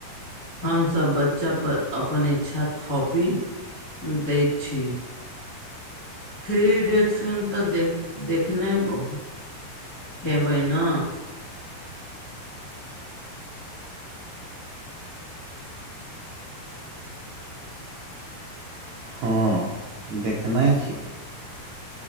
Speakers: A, on the left (about 25°); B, on the right (about 85°).
A: हमसभ बच्चा पर अपन इच्छा थपी दैइत छी। थ्री इडियट फिल्म तऽ देख देखने हो हेबै ने।
B: हँ, देखने छी।